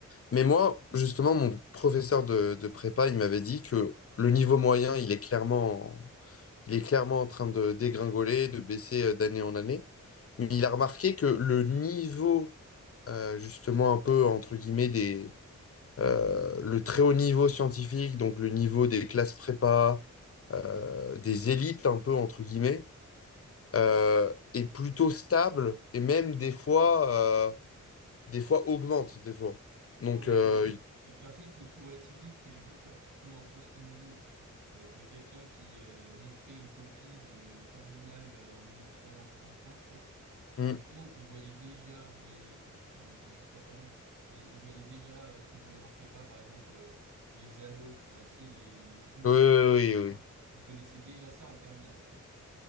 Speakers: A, on the left; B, on the right.
A: Mais moi, justement, mon professeur de, de prépa, il m'avait dit que le niveau moyen, il est clairement, il est clairement en train de dégringoler, de baisser euh, d'année en année. Mais il a remarqué que le niveau, euh, justement, un peu, entre guillemets, des, euh, le très haut niveau scientifique, donc le niveau des classes prépa, euh, des élites un peu entre guillemets, euh, est plutôt stable et même des fois, euh, des fois augmente des fois. Donc
B: Ouais,
A: euh,
B: mais et puis après, il faut tout relativiser, puisque j'ai vu ça, typiquement un post LinkedIn euh, de quelqu'un qui euh, montrait une copie de Terminal euh, en 1975, quoi. En
A: mm,
B: gros, il voyait déjà, mais enfin, ça me choque pas tellement, mais il voyait déjà euh, ce qu'on voyait en prépa, par exemple, euh, les anneaux, enfin, tu sais, les, les groupes,
A: oui, oui,
B: etc.
A: oui, oui, oui.
B: Il connaissait déjà ça en Terminal, tu vois.